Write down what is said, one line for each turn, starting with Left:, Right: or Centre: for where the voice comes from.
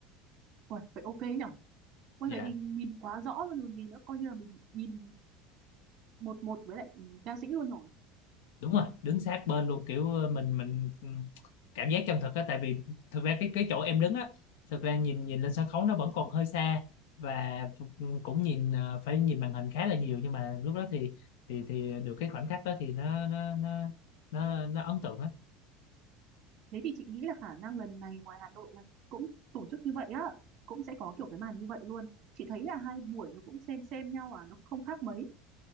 Right: Uầy, vậy ok nhở Uầy,
Left: dạ
Right: vậy thì nhìn quá rõ luôn còn gì nữa coi như là mình nhìn một một với lại ca sĩ luôn rồi
Left: đúng rồi đứng sát bên luôn kiểu ờ, mình mình ừ, cảm giác chân thực á tại vì thực ra cái cái chỗ em đứng á thực ra nhìn nhìn lên sân khấu nó vẫn còn hơi xa và ừ, cũng nhìn ờ, phải nhìn màn hình khá là nhiều nhưng mà lúc đó thì thì thì được cái khoảnh khắc đó thì nó nó nó nó, nó ấn tượng á
Right: thế thì chị nghĩ là khả năng lần này ngoài Hà Nội là cũng tổ chức như vậy á cũng sẽ có kiểu cái màn như vậy luôn chị thấy là hai buổi nó cũng xem xem nhau à nó không khác mấy